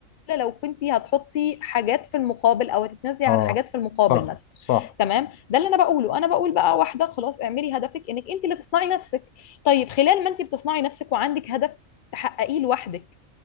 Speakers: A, on the left; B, on the left.
A: الا لو كنتي هتحطي حاجات في المقابل او هتتنازلي عن
B: اه
A: حاجات في المقابل
B: صح
A: مثلا
B: صح
A: تمام ده اللي انا بقوله انا بقول بقى واحده خلاص اعملي هدفك انك انت اللي تصنعي نفسك طيب خلال ما انت بتصنعي نفسك وعندك هدف تحققيه لوحدك